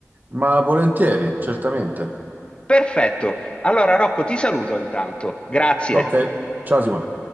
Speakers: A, on the right (about 35°); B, on the left (about 20°).
A: Ma volentieri, certamente.
B: Perfetto. Allora, Rocco, ti saluto intanto. Grazie.
A: Ok, ciao Simone.